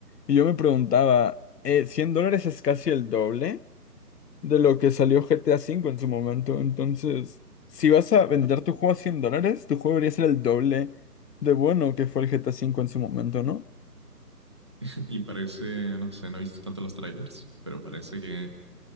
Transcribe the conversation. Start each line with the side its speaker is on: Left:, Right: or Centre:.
Left: Y yo me preguntaba, eh, ¿100 dólares es casi el doble? de lo que salió GTA V en su momento. Entonces, si vas a vender tu juego a 100 dólares, tu juego debería ser el doble de bueno que fue el GTA V en su momento, ¿no?
Right: <laughs> Y parece, no sé, no he visto tanto los trailers, pero parece que